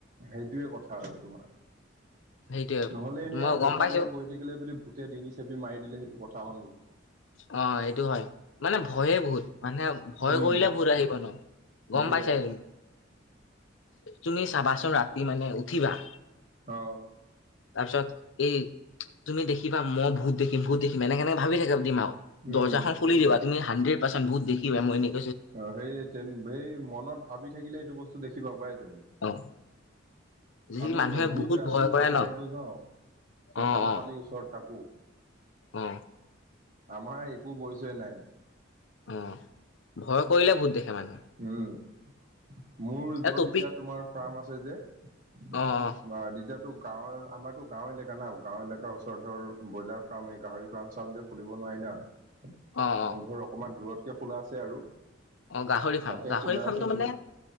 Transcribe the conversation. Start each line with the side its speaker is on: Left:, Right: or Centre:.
Right: সেইটোয়ে কথা আৰু তোমাৰ।
Left: সেইটোয়ে
Right: নহলে এনেই
Left: মই
Right: আৰু
Left: গম
Right: গছৰ
Left: পাইছো
Right: তলত বহি থাকিলে বুলি ভূতে ডিঙি চেপি মাৰি দিলে সেইটো কথা হল নেকি?
Left: অ এইটো হয়। মানে ভয়ে ভূত মানে ভয়
Right: উম
Left: কৰিলে ভূত আহিব ন
Right: সেয়াই
Left: গম পাইছা তুমি। তুমি চাবাচোন ৰাতি মানে উঠিবা
Right: অ।
Left: তাৰ পিছত এই তুমি দেখিবা মই ভূত দেখিম ভূত দেখিম। এনেকে সেনেকে ভাবি থাকিবা ডিমাগত।
Right: উম
Left: দৰ্জাখন খুলি দিবা তুমি সান্ড্ৰেট পাৰ্চেণ্ট ভূত দেখিবাই মই এ
Right: অ সেই তেন সেই মনত ভাবি থাকিলে সেইটো বস্তু দেখি পাবাই তুমি।
Left: অ। যদি
Right: আমি
Left: মানুহে
Right: নদীত
Left: বহুত
Right: ৰাতি
Left: ভয় কৰে
Right: জাল
Left: ন
Right: মাৰিব যাওঁ। শ্মশান
Left: অ অ
Right: শালীৰ ওচৰত তাকো
Left: অ
Right: আমাৰ একো ভয়-চয় নাই।
Left: উম। ভয় কৰিলে ভূত দেখে মানুহে।
Right: উম। মোৰ য'ত
Left: এ টপিক
Right: এতিয়া তোমাৰ ফাৰ্ম আছে যে <unintelligible>
Left: অ অ
Right: গাঁৱৰ। আমাৰতো গাওঁ এলেকা না গাঁৱৰ এলেকাৰ ওচৰত ধৰ ব্ৰইলাৰ ফাৰ্ম এই গাহৰি ফাৰ্ম চাম যে খুলিব নোৱাৰি না।
Left: অ অ
Right: মোৰ ঘৰ অকমান দূৰতকে খোলা আছে আৰু।
Left: অ গাহৰি ফাৰ্ম।
Right: তাতে
Left: গাহৰি
Right: খোলা
Left: ফাৰ্মটো
Right: আছে তুম
Left: মানে!